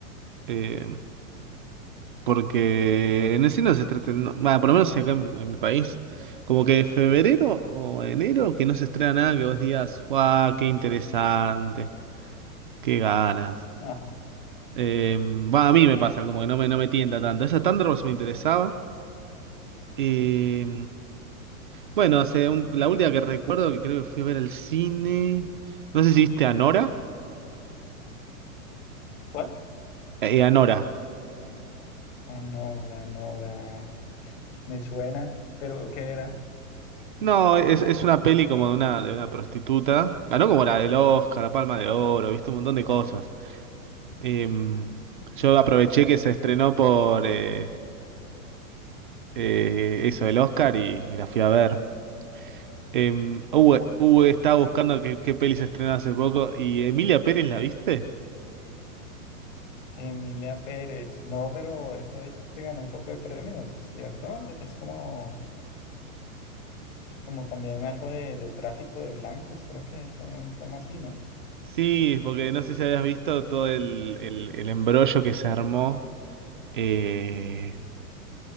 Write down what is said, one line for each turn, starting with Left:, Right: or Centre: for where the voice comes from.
Right: Eh, Porque en el cine no se estrena, no- bueno, por lo menos acá en, en mi país, como que febrero o enero que no se estrena nada que vos digas, ¡guau! ¡Qué interesante! ¡Qué ganas!
Left: Ah,
Right: Eh, va, a mí me pasa, como que no me, no me tienta tanto. Esa Thunderbolts me interesaba. Eh, bueno, hace un- la última que recuerdo que creo que fui a ver al cine. No sé si viste Anora.
Left: ¿cuál?
Right: Eh, Anora.
Left: Anora, Nora, me suena, pero ¿qué era?
Right: No, es, es una peli como de una, de una prostituta. Ganó como la del Oscar, la Palma de Oro, viste un montón de cosas. Em, yo aproveché que se estrenó por eh, eh, eso, el Oscar, y, y la fui a ver. Em, uh, uh, estaba buscando qué, qué peli se estrenó hace poco, y Emilia Pérez, ¿la viste?
Left: Emilia Pérez, no, pero eso es que ganó un poco de premios, ¿cierto? Es como, como también algo de, de tráfico de blancas, creo que es un tema así, ¿no?
Right: Sí, porque no sé si habías visto todo el, el, el embrollo que se armó eh,